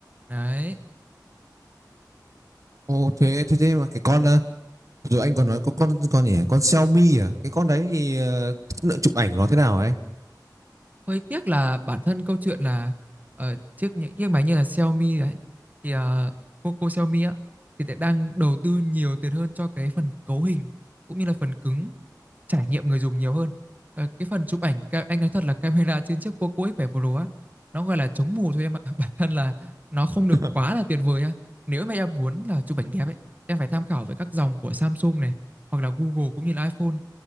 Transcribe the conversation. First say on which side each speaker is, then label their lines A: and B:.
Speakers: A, on the right (about 25°); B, on the right (about 50°).
A: đấy
B: Ồ thế thế thế mà cái con ờ, rồi anh còn nói có con con gì nhỉ? con Xiaomi à cái con đấy thì ờ, chất lượng chụp ảnh của nó thế nào hả anh
A: hơi tiếc là bản thân câu chuyện là ờ, chiếc những chiếc máy như là Xiaomi đấy thì ờ, Poco Xiaomi á thì lại đang đầu tư nhiều tiền hơn cho cái phần cấu hình cũng như là phần cứng trải nghiệm người dùng nhiều hơn. Ờ, cái phần chụp ảnh ca anh nói thật là camera trên chiếc Poco X7 Pro á, nó gọi là chống mù thôi em ạ. <laughs> Bản thân là nó không được
B: <laughs>
A: quá là tuyệt vời á. Nếu mà em muốn là chụp ảnh đẹp ấy, em phải tham khảo với các dòng của Samsung này hoặc là Google cũng như là iPhone.